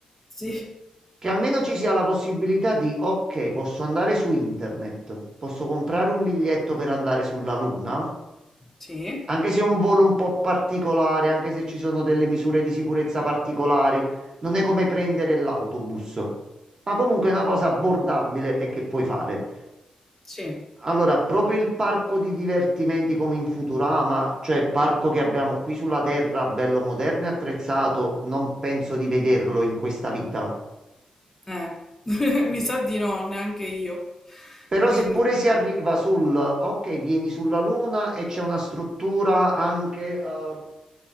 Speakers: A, on the left (about 15°); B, on the right (about 40°).
A: Sì,
B: Che almeno ci sia la possibilità di, ok, posso andare su internet, posso comprare un biglietto per andare sulla Luna,
A: sì,
B: anche se è un volo un po' particolare, anche se ci sono delle misure di sicurezza particolari, non è come prendere l'autobus, ma comunque è una cosa abbordabile e che puoi fare.
A: sì,
B: Allora, proprio il parco di divertimenti come in Futurama, cioè il parco che abbiamo qui sulla Terra, bello moderno e attrezzato, non penso di vederlo in questa vita.
A: eh, <laughs> mi sa di no, neanche io.
B: Però
A: Quindi,
B: seppure si arriva sul, ok, vieni sulla Luna e c'è una struttura anche eh,